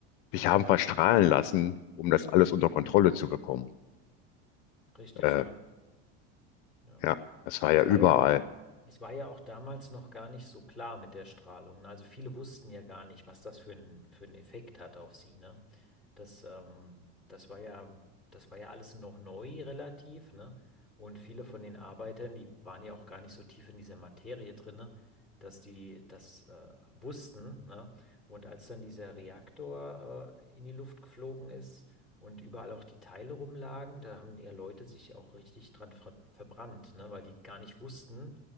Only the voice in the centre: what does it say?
Richtig,
ja. Ja.
Es
war
ja auch, es war ja auch damals noch gar nicht so klar mit der Strahlung. ne? Also viele wussten ja gar nicht, was das für ein, für einen Effekt hat auf sie, ne? Das, ähm, das war ja, das war ja alles noch neu relativ, ne? Und viele von den Arbeitern, die waren ja auch gar nicht so tief in dieser Materie drinne, dass die das äh, wussten, ne? Und als dann dieser Reaktor äh, in die Luft geflogen ist, und überall auch die Teile rumlagen. Da haben ja Leute sich auch richtig dran ver verbrannt, ne? Weil die gar nicht wussten,